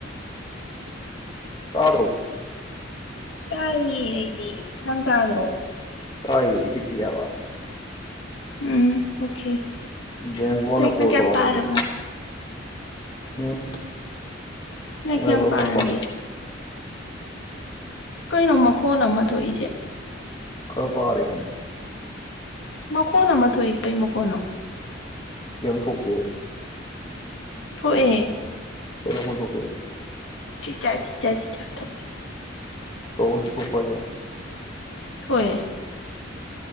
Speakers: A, on the left; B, on the left.
A: ꯇꯥꯗꯔꫭ
B: ꯇꯥꯏꯌꯦ ꯑꯩꯗꯤ ꯅꯪ ꯇꯥꯗ꯭ꯔꯣ
A: ꯇꯥꯏꯌꯦ ꯍꯤꯞꯄꯤ ꯍꯥꯏꯕ
B: ꯎꯝ ꯑꯣꯀꯦ
A: ꯖꯦꯝꯁ ꯕꯣꯟꯅ
B: ꯂꯥꯏꯔꯤꯛꯅ
A: ꯀꯣꯜ
B: ꯀꯌꯥꯝ
A: ꯇꯧꯔꯛ
B: ꯄꯥꯔꯕ
A: ꯑꯝ ꯃꯤꯗꯨꯗꯤ ꯎꯝ
B: ꯅꯣꯏ
A: ꯂꯥꯏꯔꯤꯛ
B: ꯀꯌꯥꯝ
A: ꯂꯣ
B: ꯄꯥꯔꯒꯦ
A: ꯈꯔ ꯄꯥ
B: ꯀꯩꯅꯣ ꯃꯈꯣꯟ ꯑꯃ ꯊꯣꯛꯏꯁꯦ
A: ꯈꯔꯥ ꯄꯥꯔꯦ ꯀꯩꯅꯣ
B: ꯃꯈꯣꯟ ꯑꯃ ꯊꯣꯛꯏ ꯀꯩ ꯃꯈꯣꯟꯅꯣ
A: ꯀꯩꯏꯝ ꯊꯣꯛꯇꯦ
B: ꯊꯣꯛꯏ
A: ꯀꯩ ꯃꯈꯣꯜ ꯊꯣꯛꯀꯦ
B: ꯆꯤ ꯆꯥ ꯆꯤ ꯆꯥ ꯆꯤ ꯆꯥ ꯊꯣꯛꯏ
A: ꯇꯧꯔꯤ ꯊꯣꯛ ꯄꯔꯣ ꯍꯥꯏꯁꯦ
B: ꯊꯣꯛꯏ